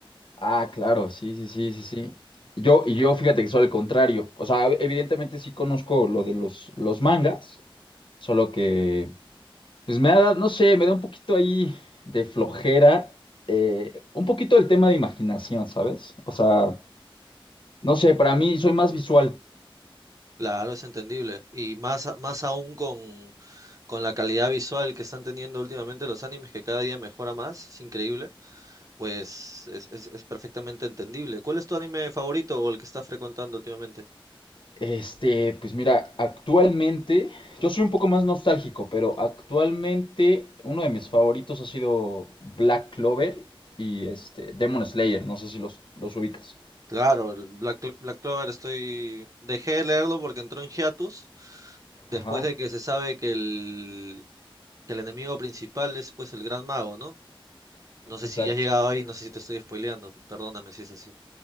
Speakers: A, on the left (about 60°); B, on the right (about 35°).
A: Ah, claro, sí, sí, sí, sí, sí. Yo, y yo fíjate que soy al contrario. O sea, evidentemente sí conozco lo de los, los mangas, solo que Pues me ha dado, no sé, me da un poquito ahí de flojera, eh, un poquito el tema de imaginación, ¿sabes? O sea, no sé, para mí soy más visual.
B: Claro, es entendible y más a- más aún con con la calidad visual que están teniendo últimamente los animes que cada día mejora más, es increíble. pues es, es- es perfectamente entendible. ¿Cuál es tu anime favorito o el que estás frecuentando últimamente?
A: Este, pues mira, actualmente, yo soy un poco más nostálgico, pero actualmente uno de mis favoritos ha sido Black Clover y este, Demon Slayer, no sé si los, los ubicas.
B: Claro, el Black, Clo- Black Clover estoy... Dejé de leerlo porque entró en hiatus después
A: Ajá,
B: de que se sabe que el, que el enemigo principal es pues el Gran Mago, ¿no? No sé
A: exacto.
B: si ya has llegado ahí, no sé si te estoy spoileando, perdóname si es así.